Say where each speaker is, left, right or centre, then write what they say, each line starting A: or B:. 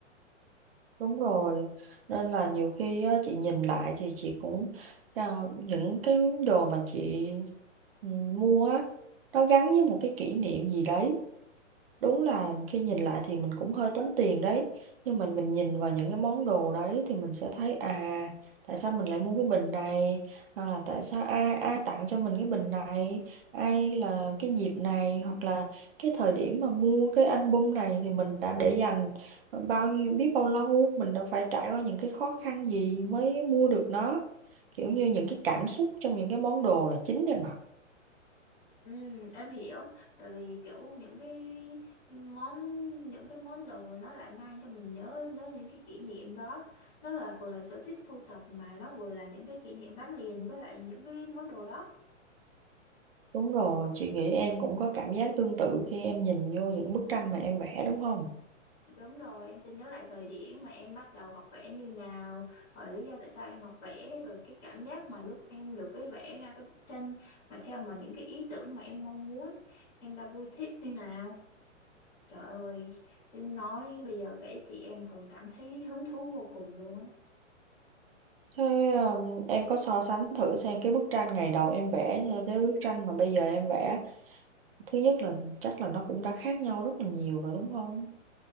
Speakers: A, on the right; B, on the left.
A: đúng rồi nên là nhiều khi á, chị nhìn lại thì chị cũng à, những cái đồ mà chị ừ, mua á nó gắn với một cái kỷ niệm gì đấy Đúng là khi nhìn lại thì mình cũng hơi tốn tiền đấy Nhưng mà mình nhìn vào những cái món đồ đấy Thì mình sẽ thấy à Tại sao mình lại mua cái bình này Hoặc là tại sao ai ai tặng cho mình cái bình này Ai là cái dịp này Hoặc là cái thời điểm mà mua cái album này Thì mình đã để dành bao nhiêu biết bao lâu Mình đã phải trải qua những cái khó khăn gì Mới mua được nó Kiểu như những cái cảm xúc trong những cái món đồ là chính đấy mà
B: Ừ, em hiểu tại vì kiểu những cái món những cái món đồ nó lại mang cho mình nhớ đến những cái kỷ niệm đó nó là vừa là sở thích thu tập mà nó vừa là những cái kỷ niệm gắn liền với lại những cái món đồ đó
A: Đúng rồi, chị nghĩ em cũng có cảm giác tương tự khi em nhìn vô những bức tranh mà em vẽ đúng không?
B: đúng rồi em sẽ nhớ lại thời điểm mà em bắt đầu học vẽ như nào rồi lý do tại sao em học vẽ rồi cái cảm giác mà lúc em được cái vẽ ra cái bức tranh mà theo mà những cái ý tưởng mà em mong muốn em đã vui thích như nào Trời ơi, đến nói bây giờ kể chị em còn cảm thấy hứng thú vô cùng luôn á.
A: Thế um, em có so sánh thử xem cái bức tranh ngày đầu em vẽ so với bức tranh mà bây giờ em vẽ. Thứ nhất là chắc là nó cũng đã khác nhau rất là nhiều rồi đúng không?